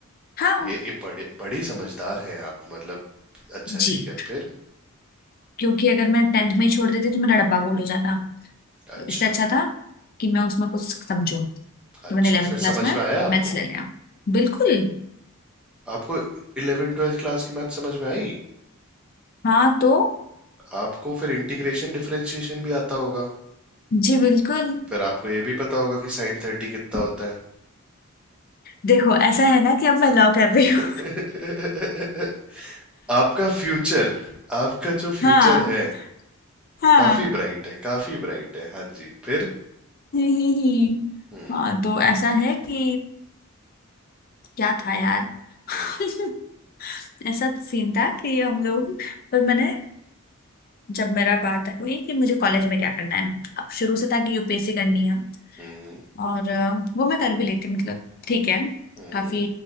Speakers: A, on the left; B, in the centre.
A: हाँ
B: ये, ये बड़े बड़ी समझदार हैं आप मतलब अच्छा
A: जी
B: ठीक है फिर
A: क्योंकि अगर मैं टेंथ में ही छोड़ देती तो मेरा डब्बा गोल हो जाता
B: अच्छा
A: तो इससे अच्छा था कि मैं उसमें कुछ समझूं कि
B: अच्छा
A: मैंने 11th
B: फिर
A: क्लास
B: समझ
A: में
B: में आया आपको
A: मैथ्स ले लिया बिल्कुल
B: आपको 11 ट्वेल्थ क्लास की मैथ समझ में आई
A: हाँ तो
B: आपको फिर इंटीग्रेशन डिफरेंशिएशन भी आता होगा
A: जी बिल्कुल
B: फिर आपको ये भी पता होगा कि साइन थर्टी कितना होता है
A: देखो ऐसा है ना कि अब मैं लव कर रही हूँ
B: <laughs> आपका फ्यूचर आपका जो फ्यूचर
A: हाँ
B: है
A: हाँ
B: काफी ब्राइट है काफी ब्राइट है हाँ जी फिर
A: ही ही ही।
B: हम्म
A: हाँ तो ऐसा है कि क्या था यार <laughs>
B: हम्म
A: ऐसा सीन था कि हम लोग पर मैंने जब मेरा बात हुई कि मुझे कॉलेज में क्या करना है अब शुरू से था कि यूपीएससी करनी है
B: हम्म
A: और अ, वो मैं कर भी लेती हूँ, मतलब ठीक है
B: हम्म
A: काफी